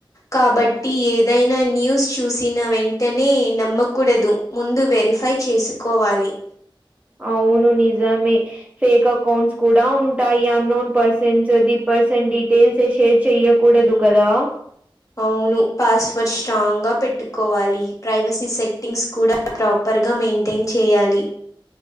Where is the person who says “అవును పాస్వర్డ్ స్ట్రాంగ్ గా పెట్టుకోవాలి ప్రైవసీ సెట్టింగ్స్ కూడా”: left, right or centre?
Left